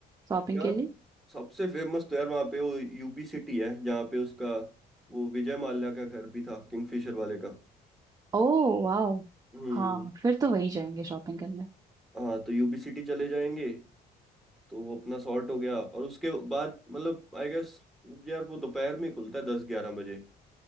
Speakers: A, on the right (about 20°); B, in the centre.
A: शॉपिंग
B: यार
A: के लिए
B: सबसे फेमस तो यार वहाँ पे वो यूबी सिटी है जहाँ पे उसका वो विजय माल्या का घर भी था किंगफिशर वाले का
A: ओ वाह
B: हम्म
A: हाँ फिर तो वहीं जाएंगे शॉपिंग करने
B: हाँ तो यूबी सिटी चले जाएंगे तो वो अपना सॉर्ट हो गया और उसके बाद मतलब आई गेस यार वो दोपहर में खुलता है दस ग्यारह बजे